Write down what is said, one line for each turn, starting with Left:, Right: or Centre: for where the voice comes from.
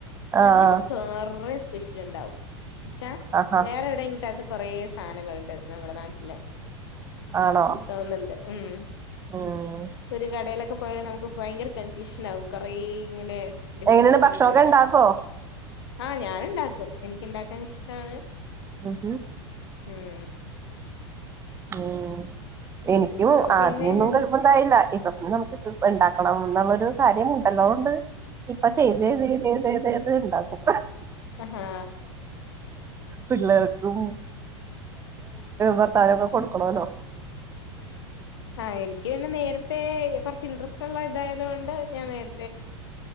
Right: ആഹ്
Left: അതില് കെറെ സ്പെഷ്യലുണ്ടാവും ഉച്ചാ
Right: ആഹാ
Left: വേറെ എവിടെയും കിട്ടാത്ത കൊറെ സാധനങ്ങൾണ്ട് നമ്മുടെ നാട്ടില്
Right: ആണോ
Left: തോന്നുന്നുണ്ട് ഉം
Right: ഉം
Left: ഒരു കടയിലൊക്കെ പോയാല് നമുക്ക് ഭയങ്കര കൺഫ്യൂഷൻ ആകും കൊറെ ഇങ്ങനെ ഡിഫറന്റ്
Right: എങ്ങനെയാണ്
Left: ഡിഫറെന്റ്
Right: ഭക്ഷണൊക്കെ
Left: കണ്ടാ
Right: ഇണ്ടാക്കോ
Left: ആ ഞാന് ഇണ്ടാക്കും എനിക്ക് ഇണ്ടാക്കാൻ ഇഷ്ടാണ്
Right: ഉം
Left: ഉം
Right: ഉം എനിക്കും
Left: ഇപ്പൊ പിന്നെ
Right: ആദ്യംഒന്നും
Left: അങ്ങനെ
Right: കൊഴപ്പുണ്ടായില്ല അത് നമുക്ക് ഇത് ഉണ്ടാക്കണം എന്നുള്ളൊരു കാര്യമുണ്ടല്ലോണ്ട് ഇപ്പൊ ചെയ്ത് ചെയത്ത് ത് ത് ഏത് ഇണ്ടാക്കും
Left: ആഹാ
Right: പിള്ളേർക്കും ഭർത്താവും ഒക്കെ കൊടുക്കണല്ലോ
Left: ആ എനിക്ക് പിന്നെ നേരത്തെ കുറച്ച് ഇൻട്രസ്റ്റ് ഉള്ള ഇതായതു കൊണ്ട് ഞാൻ നേരി